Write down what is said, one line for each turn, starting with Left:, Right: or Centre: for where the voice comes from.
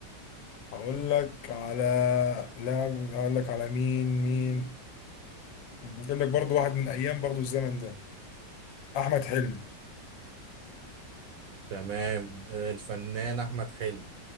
Left: هقول لك على لاعب هقول لك على مين مين اجيب لك برضو واحد من ايام برضو الزمن ده احمد حلمي
Right: تمام آه، الفنان احمد حلمي